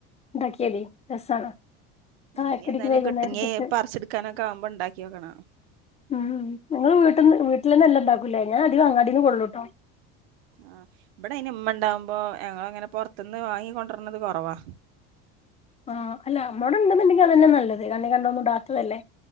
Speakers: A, on the left (about 20°); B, on the right (about 80°).
A: ഇണ്ടാക്കിയാലെ രസാണ്.
B: ഇനി
A: ചായക്കടിക്ക്
B: എന്തായാലും
A: വൈകുന്നേരത്തേക്ക്
B: കിട്ടിങ്ങീ പറിച്ചിട്ക്കാനൊക്കെ ആവുമ്പം ഇണ്ടാക്ക്യോക്കണം.
A: ഉം നിങ്ങൾ വീട്ട്ന്ന് വീട്ടിലെന്നെ എല്ലാം ഉണ്ടാക്കൂല്ലേ ഞാൻ അധികം അങ്ങാടീന്ന് കൊള്ളൂട്ടോ.
B: ആഹ് ഇവിടെ അയിന് ഉമ്മണ്ടാവുമ്പോ ഞങ്ങളങ്ങനെ പൊറത്തിന്ന് വാങ്ങി കൊണ്ടര്ണത് കൊറവാ.
A: ആഹ് അല്ല അമ്മോടെ ഉണ്ടുന്നുണ്ടെങ്കിൽ അതന്നെ നല്ലത്. കണ്ണി കണ്ടതൊന്നും ഇടാത്തതല്ലേ